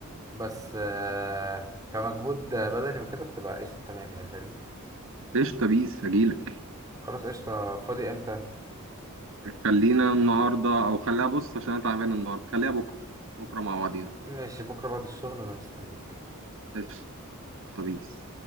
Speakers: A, on the right; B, on the right.
A: بس آه، كمجهود بدني وكده بتبقى قشطة تمام يعني فاهمني
B: قشطة بيس هجيلك
A: خلاص قشطة فاضي امتى
B: خلينا النهاردة أو خليها بص عشان أنا تعبان النهاردة خليها بكرة بكرة مع بعضينا
A: ماشي بكرة بعد الشغل انا مستنيك
B: قشطة بيس